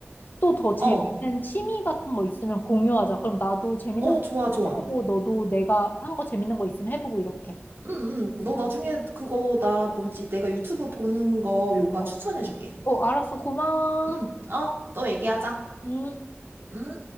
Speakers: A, on the left (about 45°); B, on the right (about 60°).
A: 또 더 재밌는
B: 어,
A: 취미 같은 거 있으면 공유하자. 그럼 나도 재밌는
B: 어,
A: 거
B: 좋아,
A: 있으면
B: 좋아.
A: 해보고, 너도 내가 한 거 재밌는 거 있으면 해보고, 이렇게.
B: 응, 응. 너 나중에 그거 나 뭔지 내가 유튜브 보는 거 요가
A: 어,
B: 추천해줄게.
A: 어, 알았어. 고마워.
B: 응, 어, 또 얘기하자.
A: 응,
B: 응.